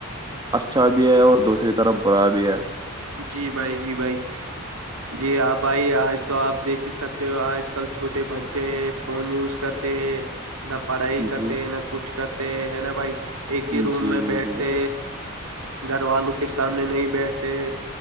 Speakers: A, on the right; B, on the right.
A: اچھا بھی ہے اور دوسری طرف برا بھی ہے
B: جی بھائی جی بھائی جی بھائی آج تو آپ دیکھ ہی سکتے ہو آج کل چھوٹے بچے فون یوز کر نہ پڑھائی کرتے
A: جی
B: نہ کچھ کرتے ہے نا بھائی ایک ہی روم
A: جی
B: میں
A: بالکل
B: بیٹھتے
A: بھائی
B: گھر والوں کے سامنے نہیں بیٹھتے